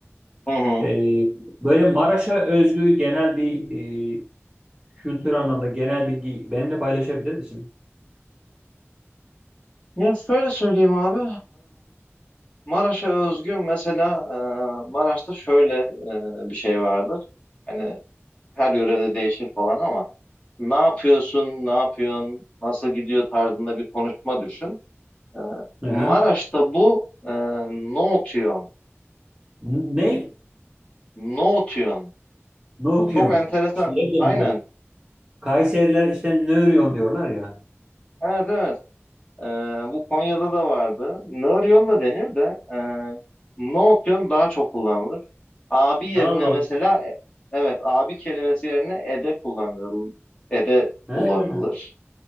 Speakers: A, on the left; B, on the right.
A: Hı hı.
B: Ee, böyle Maraş'a özgü genel bir e, kültür anlamda genel bilgi benimle paylaşabilir misin?
A: Ya şöyle söyleyeyim abi. Maraş'a özgü mesela e, Maraş'ta şöyle e, bir şey vardır. Hani her yörede değişir falan ama ne yapıyorsun, ne yapıyorsun, nasıl gidiyor tarzında bir konuşma düşün. E,
B: Aha.
A: Maraş'ta bu e, ne otuyon,
B: N- Ne?
A: ne otuyon.
B: Ne okuyorsun?
A: Çok enteresan.
B: Şeye benziyor.
A: Aynen.
B: Kayseriler işte ne örüyorsun diyorlar ya.
A: Evet evet. Ee, bu Konya'da da vardı. Nöryon da denir de e, Nootyon daha çok kullanılır. Abi yerine
B: Allah
A: mesela
B: Allah.
A: e, evet abi kelimesi yerine ede kullanılır. Ede
B: Ha,
A: kullanılır.